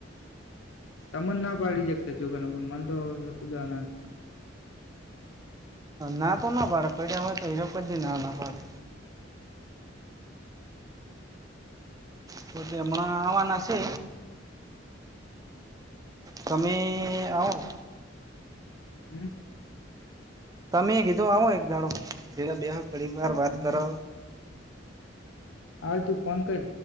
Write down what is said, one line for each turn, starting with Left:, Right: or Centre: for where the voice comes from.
Left: તમન ના પાડી શકતા છોનું મન તો કુદ ના પાડ
Right: ના તો ના પાડે પડ્યા હોય તો હીરા જથી ના ના પાડે તો હમણા આવવાના છે. તમે આવો.
Left: હમ.
Right: તમે કીધું આવો એક દાડો પેલા બે ઘડી વાર
Left: હમ
Right: વાત કરો
Left: આવ તું ફોન કર